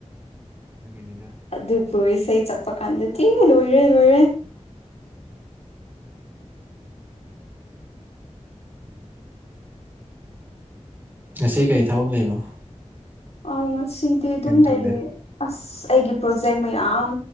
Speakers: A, on the right; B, on the left.
A: ꯀꯦꯅꯤꯗ <inaudible>
B: ꯑꯗꯨꯕꯨ ꯏꯁꯩ ꯆꯠꯄ ꯀꯥꯟꯗꯇꯤ ꯂꯣꯏꯔꯦ ꯂꯣꯏꯔꯦ
A: ꯉꯁꯤ ꯀꯔꯤ ꯊꯕꯛ ꯂꯩꯕꯣ
B: ꯑ ꯉꯁꯤꯗꯤ ꯑꯗꯨꯝ ꯂꯩꯌꯦ
A: ꯈꯜꯂꯦ
B: ꯑꯁ ꯑꯩꯒꯤ ꯄ꯭ꯔꯣꯖꯦꯛ ꯃꯌꯥꯝ